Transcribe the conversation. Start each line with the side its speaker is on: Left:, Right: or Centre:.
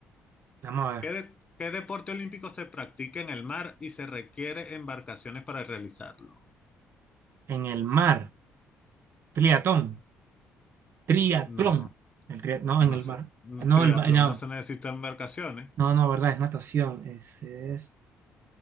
Right: Vamos a ver.
Left: ¿Qué, de- qué deporte olímpico se practica en el mar y se requiere embarcaciones para realizarlo?
Right: En el mar. Triatón. Triatlón.
Left: No.
Right: El tria- No,
Left: No
Right: en el
Left: se-
Right: mar.
Left: un
Right: No,
Left: triatlón
Right: el mar. No.
Left: no se necesita embarcaciones.
Right: No, no, verdad, es natación, es, es